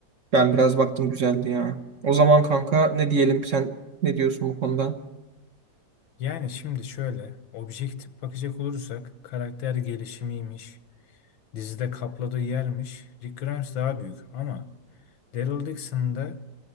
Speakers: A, on the right (about 45°); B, on the left (about 80°).
A: Ben biraz baktım güzeldi ya. O zaman kanka ne diyelim sen ne diyorsun bu konuda?
B: Yani şimdi şöyle objektif bakacak olursak karakter gelişimiymiş. Dizide kapladığı yermiş. Rick Grimes daha büyük ama Daryl Dixon da